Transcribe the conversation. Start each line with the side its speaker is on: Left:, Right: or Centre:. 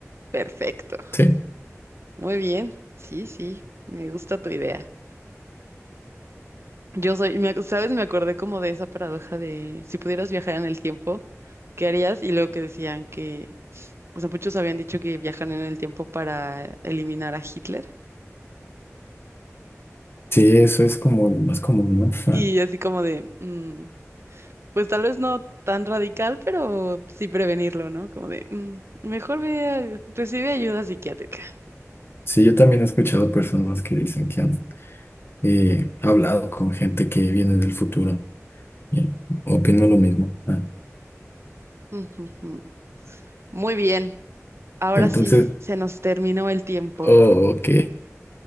Right: Perfecto.
Left: sí,
Right: Muy bien. Sí, sí, me gusta tu idea. Yo soy, me ac- ¿sabes? Me acordé como de esa paradoja de si pudieras viajar en el tiempo, ¿qué harías? Y luego que decían que, o sea, muchos habían dicho que viajan en el tiempo para eliminar a Hitler.
Left: sí, eso es como lo más común, ¿no? Ajá.
Right: Y así como de, mm, pues tal vez no tan radical, pero sí prevenirlo, ¿no? Como de, mm, mejor ve a- recibe ayuda psiquiátrica.
Left: Sí, yo también he escuchado personas que dicen que han eh, hablado con gente que viene del futuro y opino lo mismo. Ah,
Right: Ujú, ujú. Muy bien, ahora
Left: Entonces,
Right: sí, se nos terminó el tiempo,
Left: oh, ok,